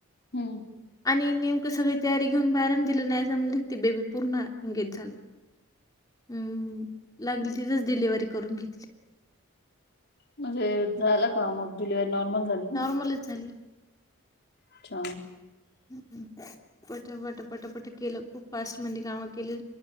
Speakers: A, on the left (about 50°); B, on the left (about 15°).
A: हम्म
B: आणि नेमकं सगळी तयारी घेऊन बाहेरण दिलं नाहीसा म्हणून, ते बेबी पूर्ण एंगेज झालं. हम्म, लागलीच तिथंच डिलिव्हरी करून घेतली.
A: म्हणजे झालं का, मग डिलिव्हरी नॉर्मल झाली का?
B: मलच झाली.
A: अच्छा
B: हम्म हम्म पट पट पट पट केलं, खूप फास्ट मध्ये कामं केली,